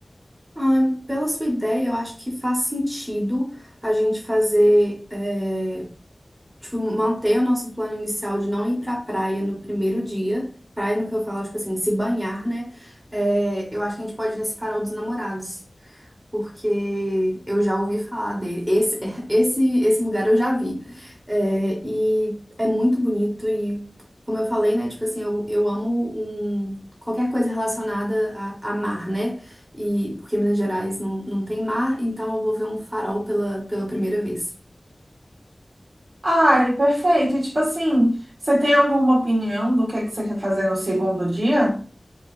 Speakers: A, on the right; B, on the right.
A: Ah, pela sua ideia, eu acho que faz sentido a gente fazer, é, tipo, manter o nosso plano inicial de não ir pra praia no primeiro dia. Praia no que eu falo, tipo assim, se banhar, né? É, eu acho que a gente pode ir nesse farol dos namorados porque eu já ouvi falar dele. Esse, <laughs> esse, esse lugar eu já vi. É, e é muito bonito e, como eu falei, né, tipo assim, eu, eu amo um, qualquer coisa relacionada a, a mar, né? E porque Minas Gerais não, não tem mar, então eu vou ver um farol pela, pela primeira vez.
B: Ai, perfeito. E tipo assim, você tem alguma opinião do que que você quer fazer no segundo dia?